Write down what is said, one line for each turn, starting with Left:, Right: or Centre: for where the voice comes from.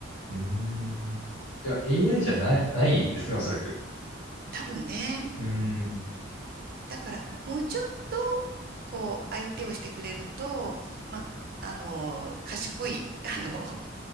Left: うーん。じゃあ AI じゃない、ないですね、おそらく。
Right: 多分ね。
Left: うん。
Right: だから、もうちょっと、こう、相手をしてくれると、まあ、あの、賢い、あの、